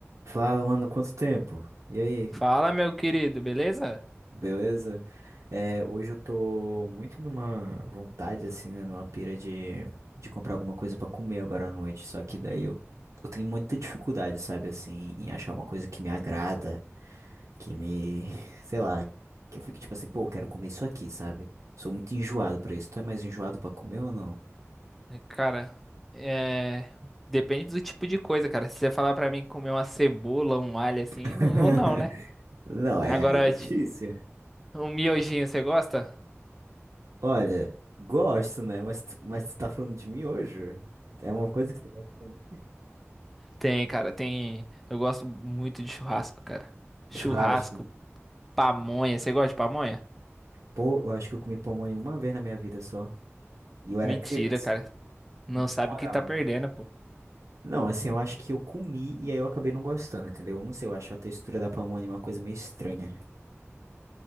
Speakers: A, on the right; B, in the centre.
A: Fala, mano, quanto tempo? E aí,
B: Fala, meu querido, beleza?
A: beleza? É, hoje eu tô muito numa vontade, assim, né? Numa pira de, de comprar alguma coisa pra comer agora à noite. Só que daí eu, eu tenho muita dificuldade, sabe, assim, em achar uma coisa que me agrada, que me, <laughs> sei lá, que eu fique tipo assim, pô, eu quero comer isso aqui, sabe? Sou muito enjoado pra isso. Tu é mais enjoado pra comer ou não?
B: É, Cara, é... depende do tipo de coisa, cara. Se você falar pra mim comer uma cebola, um alho assim,
A: <laughs>
B: não vou não, né?
A: Não,
B: Agora,
A: é, aí é difícil.
B: ti- um miojinho, você gosta?
A: Olha, gosto, né? Mas, tu- mas tu tá falando de miojo? É uma coisa que tu gosta de comer?
B: Tem, cara, tem. Eu gosto muito de churrasco, cara. Churrasco,
A: Churrasco.
B: pamonha. Você gosta de pamonha?
A: Pô, eu acho que eu comi pamonha uma vez na minha vida só. E eu era
B: Mentira,
A: criança,
B: cara. Não sabe
A: na moral.
B: o que tá perdendo, pô.
A: Não, assim, eu acho que eu comi e aí eu acabei não gostando, entendeu? Não sei, eu acho a textura da pamonha uma coisa meio estranha.